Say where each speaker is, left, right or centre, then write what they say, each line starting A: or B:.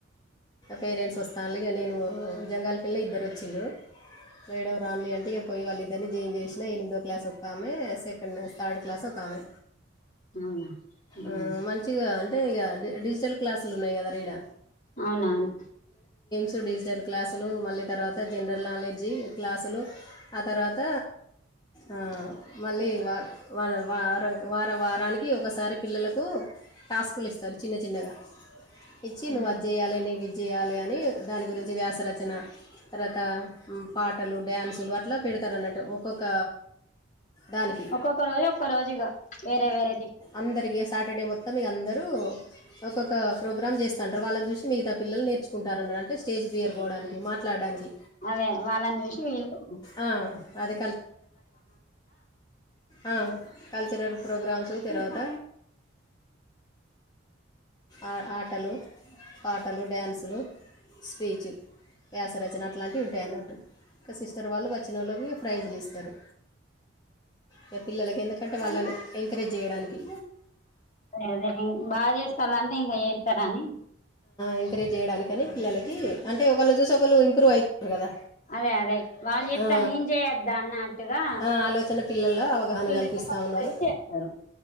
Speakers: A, on the left; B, on the left.
A: పేరెంట్స్ వస్తాలు ఇగ నేను జంగాల్ పిల్ల ఇద్దరు వచ్చిండ్రు మేడం రాండి అంటే, ఇగ పోయి వాళ్ళిద్దరిని జెయిన్ చేసినా, ఎనిమిదో క్లాస్ ఒకామె సెకండ్ థర్డ్ క్లాస్ ఒకామె.
B: అవునా ఆ అవునా ఉమ్
A: ఆ మంచిగా అంటే ఇగ డి డిజిటల్ క్లాసులు ఉన్నాయి కదా రీడ
B: అవునవును
A: టూ డిజిటల్ క్లాసులు, మళ్ళీ తర్వాత జనరల్ నాలెడ్జీ క్లాసులు ఆ తర్వాత ఆ మళ్ళీ వా వ ర వార వార వారానికి ఒకసారి పిల్లలకు టాస్కులు ఇస్తరు చిన్న చిన్నగా, ఇచ్చి
B: ఉమ్
A: నువ్వు అది జేయాలే నువ్వు ఇది జేయలే అని దాని గురించి వ్యాసరచన తరాత పాటలు డ్యాన్సులు అట్లా పెడతరూ అన్నట్టు ఒక్కొక్క దానికి
B: ఒక్కొక్క రోజు ఒక్క రోజుగా వేరే వేరే టి
A: అందరికి సాటర్డే మొత్తం ఇగ అందరూ ఒక్కొక్క ప్రోగ్రామ్ చేస్తంటారు, వాళ్ళని చూసి మిగతా పిల్లలు నేర్చుకుంటారన్న అంటే స్టేజ్ ఫియర్ పోడానికి మాట్లాడానికి
B: అదే వాళ్ళని చూసి వీళ్ళు <inaudible>
A: ఆ, అదే ఆ కల్చరల్ ప్రోగ్రామ్స్ తర్వాత ఆ ఆటలు పాటలు, డ్యాన్సులు, స్పీచ్, వ్యాసరచన అట్లాంటివి ఉంటాయి అన్నట్టు, ఇంక సిస్టర్ వాళ్ళు వచ్చినోళ్ళకు ప్రైజ్లు ఇస్తరు. ఇగ పిల్లలకి ఎందుకంటే వాళ్ళని ఎంకరేజ్ చేయడానికి
B: ఇంగ అదే బాగా చేస్తాలంటే ఇంకా చేస్తరని
A: ఎంకరేజ్ చేయడానికని పిల్లలకి అంటే ఒకళ్ళు చూసి ఒకళ్ళు ఇంప్రూవ్ అయి ట్రూ కదా
B: అదే అదే వాళ్ళు చేస్తారు
A: ఆ
B: నేను చేయొద్దా అన్నట్టుగా
A: ఆ ఆలోచన పిల్లల్లో అవగా హన
B: పిల్లలకు
A: గల్పిస్తా
B: వస్తది
A: ఉన్నరు
B: చేస్తారు